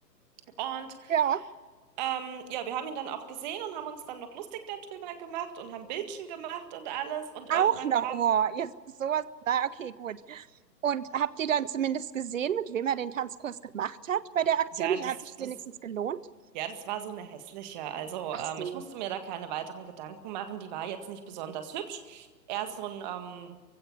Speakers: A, on the right; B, on the right.
A: Und
B: ja.
A: ähm, ja, wir haben ihn dann auch gesehen und haben uns dann noch lustig darüber gemacht und haben Bildchen gemacht und alles. Und
B: Auch
A: irgendwann
B: noch,
A: kam,
B: oh, jetzt sowas, na okay, gut. Und habt ihr dann zumindest gesehen, mit wem er den Tanzkurs gemacht hat bei
A: <laughs>
B: der Aktion?
A: ja, das,
B: Hat sich
A: das,
B: wenigstens gelohnt?
A: ja, das war so eine hässliche. Also,
B: Ach
A: ähm,
B: so,
A: ich musste mir da keine weiteren Gedanken machen. Die war jetzt nicht besonders hübsch. Eher so ein, ähm,